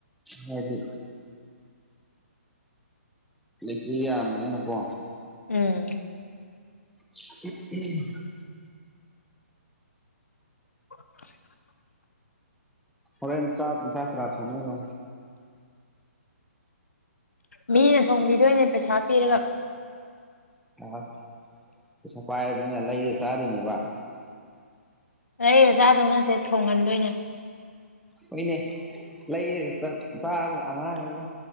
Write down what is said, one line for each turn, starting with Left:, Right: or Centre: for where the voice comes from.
Centre: ꯍꯥꯏꯗꯤ ꯂꯩꯆꯤꯟ ꯌꯥꯝꯕꯅꯤꯅꯀꯣ
Left: ꯎꯝ
Centre: <unintelligible>
Left: <inaudible>
Centre: ꯍꯣꯔꯦꯟ ꯆꯥꯛ ꯏꯟꯖꯥꯡ ꯀꯅꯥꯅ ꯊꯣꯡꯗꯣꯏꯅꯣ
Left: ꯃꯤꯅ ꯊꯣꯡꯕꯤꯗꯣꯏꯅꯦ ꯄꯩꯁꯥ ꯄꯤꯔꯒ
Centre: ꯑꯁ ꯄꯩꯁꯥ ꯄꯥꯏꯕꯅꯤꯅ ꯂꯩꯔ ꯆꯥꯗꯣꯏꯅꯦꯕ
Left: ꯂꯩꯔ ꯆꯥꯗꯧ ꯅꯠꯇꯦ ꯊꯣꯡꯍꯟꯗꯣꯏꯅꯦ
Centre: ꯍꯣꯏꯅꯦ ꯂꯩꯔꯒ ꯆꯥ ꯆꯥꯕꯒ ꯑꯃꯍꯥꯅꯤꯀꯣ